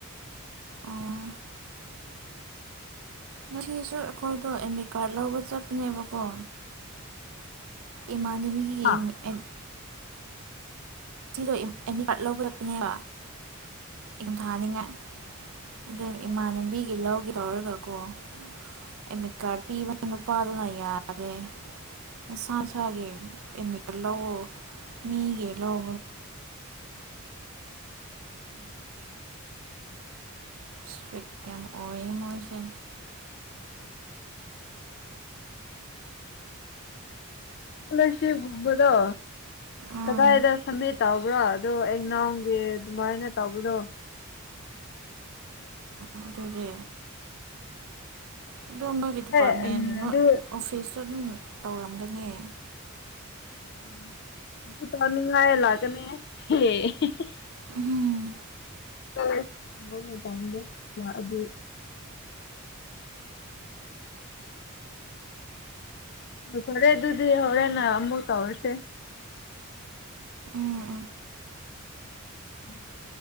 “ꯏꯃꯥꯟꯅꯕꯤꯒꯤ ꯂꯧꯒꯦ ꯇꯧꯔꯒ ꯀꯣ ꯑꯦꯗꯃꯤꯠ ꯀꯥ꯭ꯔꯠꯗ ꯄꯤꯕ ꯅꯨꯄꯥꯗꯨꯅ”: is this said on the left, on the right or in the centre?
Right